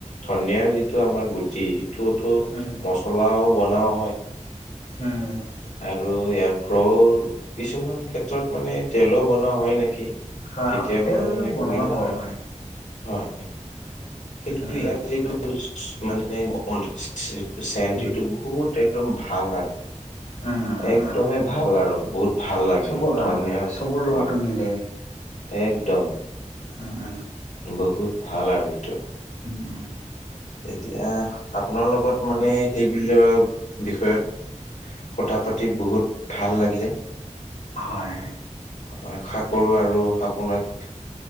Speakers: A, on the left; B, on the left.
A: ধনিয়াৰ যিটো আমাৰ গুটি সিটোতো
B: উম
A: পলাও বনাও হয়।
B: উম,
A: আৰু ইয়াৰ পৰাও কিছুমান ক্ষেত্ৰত মানে তেলো বনোৱা হয় নেকি।
B: হয়
A: কেতিয়াবা
B: তেল
A: মানে শুনিব
B: বনোৱা হয়
A: পাওঁ
B: হয়
A: হয়, <unintelligible>
B: উম উম
A: য়াত যিটো <unintelligible> মানে <unintelligible> যিটো চেণ্ত
B: উম
A: এইটো বহুত একদম ভাল আৰু।
B: উম, উম
A: একদমেই
B: উম
A: ভাল আৰু বহুত ভাল লাগে
B: চবৰ আ,
A: ধনিয়া
B: চবৰ লগতটো
A: হয়
B: মিলে।
A: একদম।
B: উম, উ।
A: বহুত ভাল আৰু এইটো।
B: উম।
A: এতিয়া আপোনাৰ লগত মানে সেই বিলাক বিষয়ত কথা পাতি বহুত ভাল লাগিলে।
B: হয়।
A: আশা কৰো আৰু আপোনাক